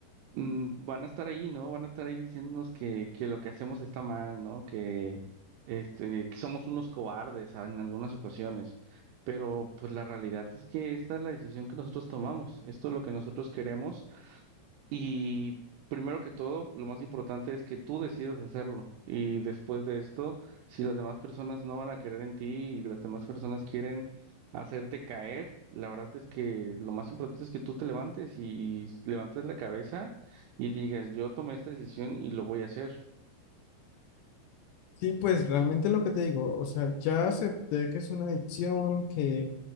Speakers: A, on the right; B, on the left.
A: mm, van a estar ahí, ¿no? Van a estar ahí diciéndonos que, que lo que hacemos está mal, ¿no? Que, este, que somos unos cobardes ah, en algunas ocasiones. Pero pues la realidad es que esta es la decisión que nosotros tomamos. Esto es lo que nosotros queremos y primero que todo, lo más importante es que tú decidas hacerlo. Y después de esto, si las demás personas no van a querer en ti y las demás personas quieren hacerte caer, la verdad es que lo más importante es que tú te levantes y levantes la cabeza y digas, yo tomé esta decisión y lo voy a hacer.
B: Sí, pues realmente lo que te digo, o sea, ya acepté que es una adicción que